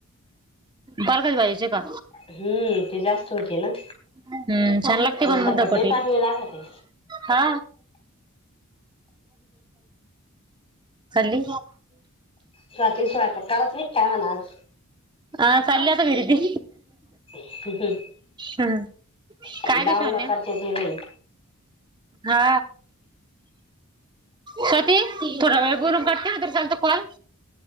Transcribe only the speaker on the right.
पालकाची भाजी का
हम्म छान लागत
धपाठे
हा ले
ह तल्ात विरती
हम्
काय कश हो न
हा स्वती थोडा वेळ बरून काढते तर चालत कॉल